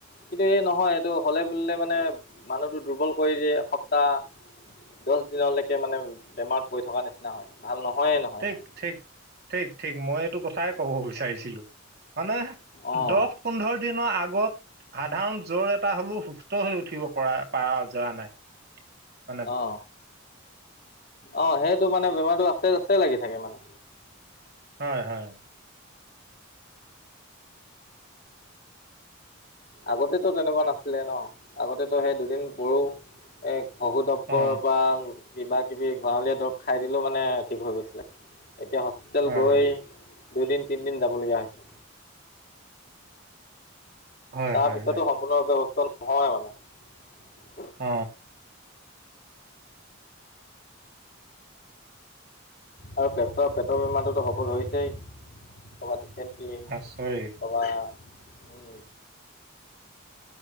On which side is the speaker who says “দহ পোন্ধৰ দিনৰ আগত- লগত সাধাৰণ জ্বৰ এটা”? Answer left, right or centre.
Right